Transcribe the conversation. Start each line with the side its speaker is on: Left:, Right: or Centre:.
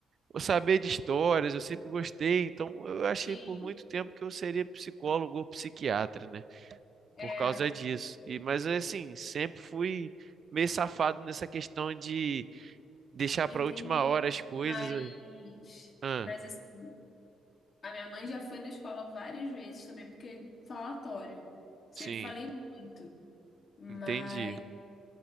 Right: eu saber de histórias, eu sempre gostei, então eu achei
Left: sim,
Right: por muito tempo que eu seria psicólogo ou psiquiatra, né?
Left: é,
Right: Por causa disso. E, mas, assim, sempre fui meio safado nessa questão de deixar
Left: entendi.
Right: para última hora as coisas.
Left: Mas,
Right: Ah,
Left: mas assim, a minha mãe já foi na escola várias vezes também, porque falatório. Sempre
Right: sim,
Left: falei muito. Mas
Right: entendi.